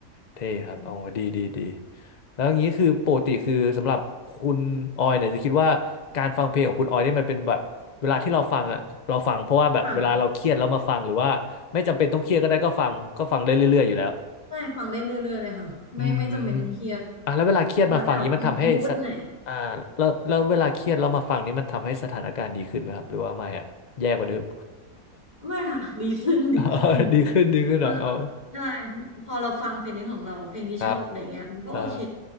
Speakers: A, on the left; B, on the left.
A: เท่ครับอ๋อดีดีดี
B: อืม
A: แล้วอย่างนี้คือปกติคือสำหรับคุณออยเนี่ยจะคิดว่าการฟังเพลงของคุณออยนี่มันเป็นแบบเวลาที่เราฟังอ่ะเราฟังเพราะว่าแบบเวลาเราเครียดแล้วมาฟังหรือว่าไม่จำเป็นต้องเครียดก็ได้ก็ฟังก็ฟังได้เรื่อยๆอยู่แล้ว
B: ค่ะได้ฟังได้เรื่อยๆเลยค่ะไม่ไม่จำเป็นต้องเครียด
A: อืมอ่ะแล้วเวลาเครียดมาฟังนี้มันทำให้สถอ่าแล้วแล้วเวลาเครียดเรามาฟังนี้มันทำให้สถานการณ์ดีขึ้นไหมครับหรือว่าไม่อะแย่กว่าเดิม
B: แล้วแต่มูดไหน ไม่ค่ะ <laughs> ดีขึ้นดีขึ้น
A: <laughs> อ๋อ <laughs> ดีขึ้นดีขึ้นเหรออ๋อ
B: เมื่อใช่พอเราฟังเพลงนี้ของเราเพลงที่ชอบอะไรเงี้ยมันก็โอเค
A: ครับอ่า